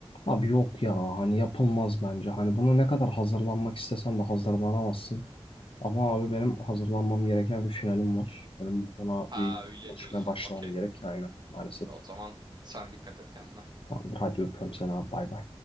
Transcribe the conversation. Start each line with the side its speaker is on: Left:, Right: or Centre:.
Left: Abi yok ya. Hani yapılmaz bence. Hani bunu ne kadar hazırlanmak istesen de hazırlanamazsın. Ama abi benim hazırlanmam gereken bir finalim var. Benim ona
Right: Ha
Left: bir
Right: öyle
Left: çalışmaya
Right: diyorsun.
Left: başlamam
Right: Okey.
Left: gerek. Aynen maalesef.
Right: O zaman sen dikkat et kendine.
Left: Tamamdır. Hadi öpüyorum seni abi. Bay bay.